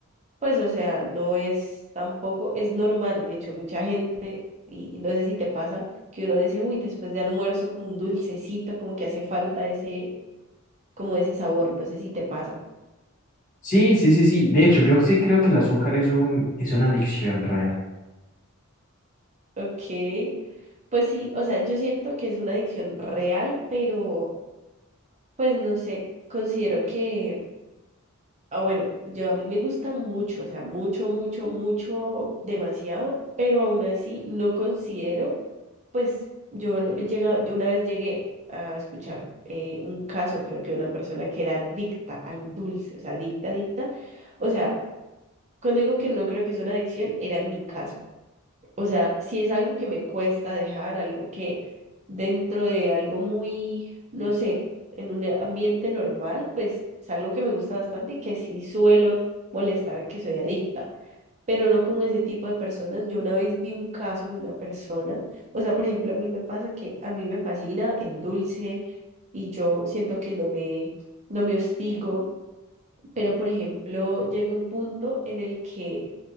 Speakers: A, on the right (about 30°); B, on the left (about 35°).
A: Pues, o sea, no es tampoco, es normal, de hecho, mucha gente, y, y no sé si te pasa, que uno dice, uy, después de almuerzo, como un dulcecito, como que hace falta ese, como ese sabor, no sé si te pasa.
B: Sí, sí, sí, sí. De hecho, yo sí creo que el azúcar es un, es una adicción real.
A: Ok, pues sí, o sea, yo siento que es una adicción real, pero, pues no sé, considero que, ah, bueno, yo a mí me gusta mucho, o sea, mucho, mucho, mucho, demasiado, pero aún así no considero Pues yo, le- llega- yo una vez llegué a escuchar eh, un caso, creo que de una persona que era adicta al dulce, o sea, adicta, adicta. O sea, cuando digo que no creo que es una adicción, era mi caso. O sea, si es algo que me cuesta dejar, algo que dentro de algo muy, no sé, en un ambiente normal, pues es algo que me gusta bastante y que sí suelo molestar que soy adicta pero no como ese tipo de personas. Yo una vez vi un caso de una persona, o sea, por ejemplo, a mí me pasa que a mí me fascina el dulce y yo siento que no me, no me hostigo, pero por ejemplo, llega un punto en el que